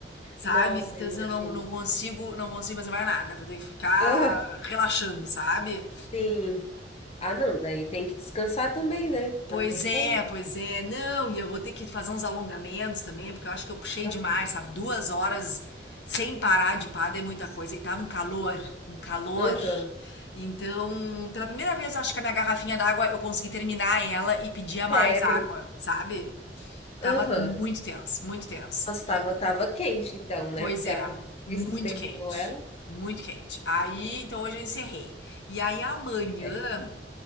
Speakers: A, on the left; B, on the left.
A: sabe?
B: nossa,
A: Então
B: imagino.
A: assim, eu não, não consigo, não consigo fazer mais nada, vou ter que ficar
B: Ah,
A: relaxando, sabe?
B: sim. Ah, não, daí tem que descansar também, né?
A: Pois
B: Não tem
A: é,
B: como.
A: pois é. Não, e eu vou ter que fazer uns alongamentos também, porque eu acho que eu puxei
B: Aham.
A: demais, sabe? Duas horas sem parar de pádel é muita
B: Nossa.
A: coisa. E tava um calor, um calor.
B: Aham.
A: Então, pela primeira vez, eu acho que a minha garrafinha d'água eu consegui terminar ela e pedia mais
B: Sério.
A: água, sabe? Tava
B: Aham.
A: muito tenso, muito tenso.
B: Nossa, tava,
A: E,
B: tava quente então, né?
A: pois
B: Se
A: é,
B: a primeira
A: muito
B: vez que tu terminou
A: quente,
B: ela,
A: muito quente. Aí,
B: deu
A: então hoje eu encerrei. E aí amanhã.
B: certo.